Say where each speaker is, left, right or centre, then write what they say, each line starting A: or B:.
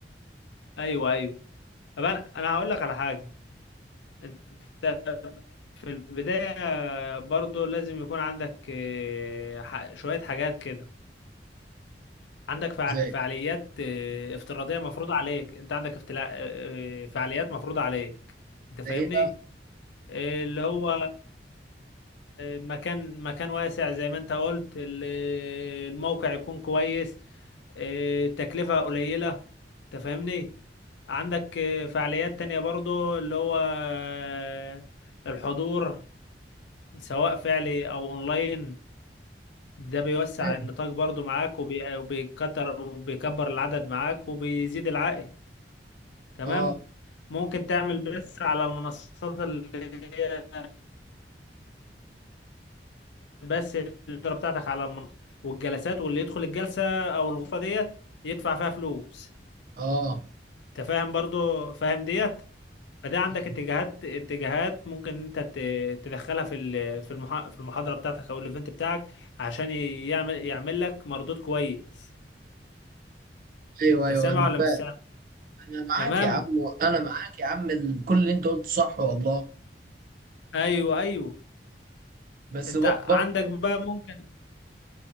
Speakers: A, on the left; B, on the right.
A: أيوه أيوه طب أنا أنا هقول لك على حاجة أنت في البداية برضو لازم يكون عندك آه، ح- شوية حاجات كده عندك فع-
B: زي
A: فعاليات آه، افتراضية مفروضة عليك أنت عندك افتلا... آه، آه، فعاليات مفروضة عليك أنت
B: زي
A: فاهمني؟
B: إيه بقى؟
A: اللي هو مكان مكان واسع زي ما انت قلت ال- الموقع يكون كويس اه، تكلفة قليلة انت فاهمني عندك اه، فعاليات تانية برضو اللي هو اه، الحضور سواء فعلي او اونلاين ده بيوسع
B: فاهم
A: النطاق برضو معاك وبي- وبيكتر وبيكبر العدد معاك وبيزيد العائد تمام
B: آه
A: ممكن تعمل بث على المنصات اللي هي بس الإدارة بتاعتك على المنصة والجلسات واللي يدخل الجلسة أو الغرفة ديت يدفع فيها فلوس
B: آه
A: أنت فاهم برضو فاهم ديت فده
B: آه.
A: عندك اتجاهات اتجاهات ممكن انت ت- تدخلها في ال- في المحا- في المحاضرة بتاعتك او الايفنت بتاعك عشان يعمل يعمل لك مردود كويس
B: أيوه
A: انت
B: أيوه
A: سامع
B: أنا
A: ولا
B: فاهم
A: مش سامع
B: أنا معاك
A: تمام
B: يا عم أنا معاك يا عم ال- كل اللي أنت قلته صح والله
A: ايوه ايوه
B: بس
A: انت
B: ب-
A: عندك بقى ممكن